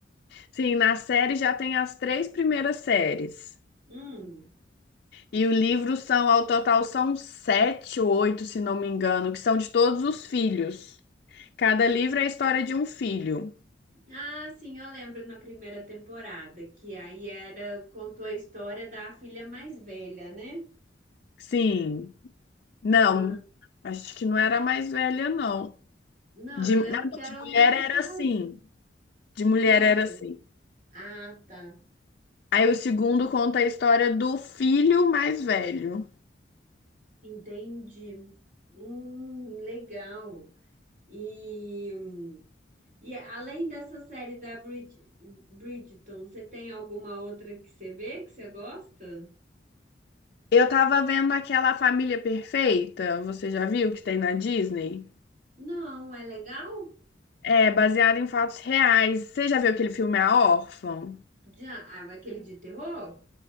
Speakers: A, on the left; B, on the right.
A: Sim, na série já tem as três primeiras séries.
B: Hum.
A: E o livro são, ao total, são sete ou oito, se não me engano, que são de todos os filhos. Cada livro é a história de um filho.
B: Ah, sim, eu lembro na primeira temporada, que aí era, contou a história da filha mais velha, né?
A: Sim. Não,
B: Ah,
A: acho que não era a mais velha, não.
B: não,
A: De,
B: eu
A: não,
B: lembro
A: não,
B: que era
A: de
B: uma
A: mulher
B: que
A: era
B: casou,
A: assim.
B: que
A: De mulher
B: casou.
A: era assim.
B: Ah, tá.
A: Aí o segundo conta a história do filho mais velho.
B: Entendi. Hum, legal. E, hum, E além dessa série da Brid- Bridgerton, você tem alguma outra que você vê que você gosta?
A: Eu tava vendo aquela Família Perfeita, você já viu que tem na Disney?
B: Não, é legal?
A: É, baseado em fatos reais. Você já viu aquele filme A Órfã?
B: Já, ah, mas aquele de terror?